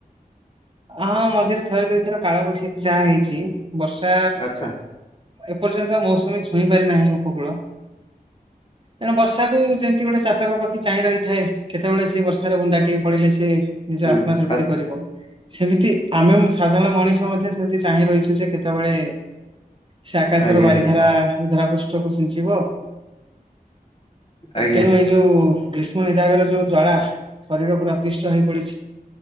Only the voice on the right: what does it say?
ହଁ ମଝିରେ ଥରେ ଦୁଇଥର କାଳବୈଶାଖୀ ଯା ହେଇଚି ବର୍ଷା।
ଏପର୍ଯ୍ୟନ୍ତ ମୌସୁମୀ ଛୁଇଁ ପାରି ନାହିଁ ଉପକୂଳ। ତେଣୁ ବର୍ଷାକୁ ଯେମିତି ଗୋଟେ ଚାତକ ପକ୍ଷୀ ଚାହିଁ ରହିଥାଏ କେତେବେଳେ ସେ ବର୍ଷାର ବୁନ୍ଦା ଟିକେ ପଡିଲେ ସେ ନିଜେ
ଆତ୍ମା ତୃପ୍ତି
କରିବ। ସେମିତି ଆମେମ୍ ସାଧାରଣ ମଣିଷ ମଧ୍ୟ ସେମିତି ଚାହିଁ ରହିଚୁ ଯେ କେତେବେଳେ ସେ ଆକାଶର
ବାରିଧାରା
ଏ ଧରାପୃଷ୍ଟକୁ ସିଞ୍ଚିବ।
ତେଣୁ ଏଇ ଯୋଉ ଗ୍ରୀଷ୍ମ ନିଦାଗର ଯୋଉ ଜ୍ୱାଳା ଶରୀର ଉପରେ ଅତିଷ୍ଠ ହେଇ ପଡିଚି।